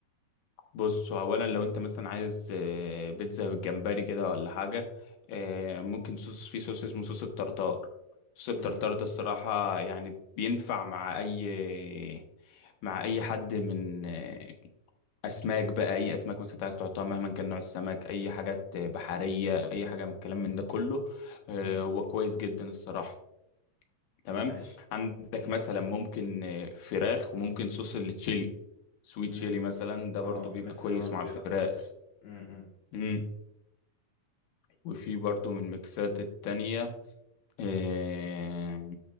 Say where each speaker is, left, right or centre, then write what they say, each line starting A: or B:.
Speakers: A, on the left (about 80°); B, on the left (about 65°).
A: بص اولا لو انت مثلا عايز آه، بيتزا بالجمبري كده ولا حاجه آه، ممكن صوص في صوص اسمه صوص الطرطار صوص الطرطار
B: امم
A: ده الصراحه يعني بينفع مع اي مع اي حد من آه، اسماك بقى اي اسماك مثلا انت عايز تحطها مهما كان نوع السمك اي حاجات بحريه اي حاجه من الكلام من ده كله آه،
B: امم
A: هو كويس جدا الصراحه تمام
B: ماشي
A: عندك
B: امم
A: مثلا ممكن آه، فراخ وممكن صوص التشيلي سويت
B: امم
A: شيلي مثلا ده برضو
B: اه الميكس
A: بيبقى كويس
B: ده برضه
A: مع
B: بيبقى
A: الفراخ
B: كويس امم
A: مم. وفي برضو من الميكسات التانية آه،